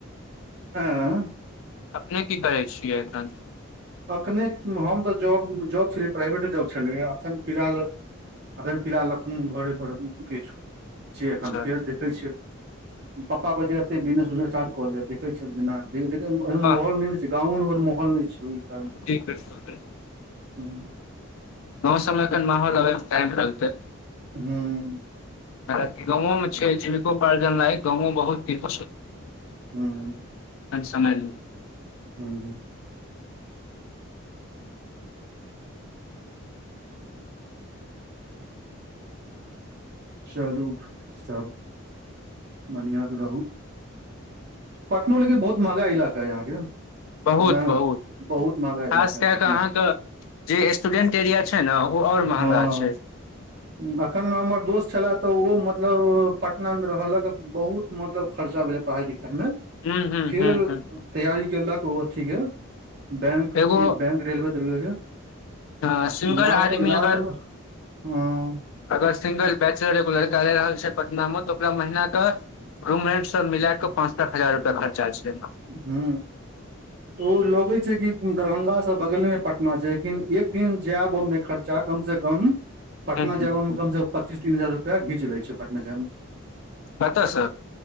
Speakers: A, on the right; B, on the left.
A: एँ
B: अपने की करय छियै एखन?
A: अखने हम तऽ जॉब जॉब छलियै प्राइवेटे जॉब छलैए अखन फिलहाल अखैन फिलहाल एखन घरे पर किछु छियै, एखन
B: अच्छा
A: फेर देखै छियै। पप्पा कहै छथि एत्तै बिजनेस उजनेस स्टार्ट क ले देखै छियै आब जेना गाँवो
B: हँ
A: मे मगर माहौल नहि छै।
B: जी बिलकुल बिल
A: हँ
B: गांव सब मे अखैन माहौल अबै मे टाइम लगतै।
A: हँ
B: गाँंवो मे छै जीविकोपार्जन लाय गांवो बहुत
A: हूँ
B: <unintelligible> समय ले
A: हू चलू तब बढ़िआं से रहू। पटनो लेकिन बहुत महगा इलाका अइ अहाँके।
B: बहुत
A: ने
B: बहुत
A: बहुत महगा
B: खास
A: इलाका
B: कए
A: अइ पटना
B: कऽ अहाँके जे स्टूडेंट एरिया छै ने ओ आओर महंगा
A: हँ
B: छै।
A: अखन हमर दोस्त छलए तऽ ओ मतलब पटना मे रहलक बहुत मतलब खर्चा भेलै पढ़ाइ लिखाइ मे,
B: हूँ हूँ
A: फेर
B: हूँ हूँ
A: तैयारी केलक ओ अथीके बैंक
B: एगो
A: बैंक रेलवे तेलबे के
B: अ सिंगल
A: लास्ट
B: आदमी
A: लास्ट
B: अगर
A: मे हँ।
B: अगर सिंगल बैचलर ए गो लड़का रहि रहल छथि पटना मे, तऽ ओकरा महिना के रूम रेंट सब मिला कऽ पाँच सात हजार रुपआ खरचा छै।
A: हू। ओ लगै छै कि दरभंगा से बगले मे पटना छै लेकिन एक दिन जाय आबऽ मे खर्चा चा कम से कम पटना
B: हूं हूं
A: जाय मे कमसँ कम पच्चीस तीस हजार रुपैआ घीच लै छै पटना जायमे
B: कतऽ स